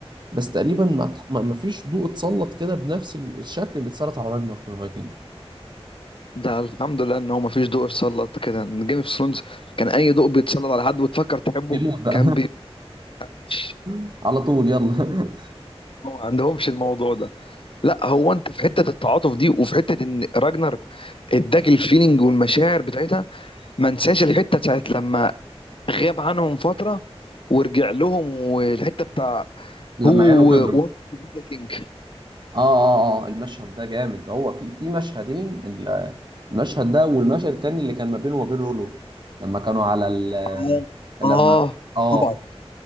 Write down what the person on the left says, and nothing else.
ده الحمد لله إن هو مفيش ضوء اتسلط كده إن جيم اوف ثرونز كان أي ضوء بيتسلط على حد وتفكر تحبه
كان بيمشي
هو ما عندهمش الموضوع ده لا هو انت في حته التعاطف دي وفي حته ان راجنر اداك الفيلينج والمشاعر بتاعتها ما انساش الحته بتاعت لما غاب عنهم فتره ورجع لهم والحته بتاع
هو
وانت تو بي ذا كينج
اه
اه
طبعا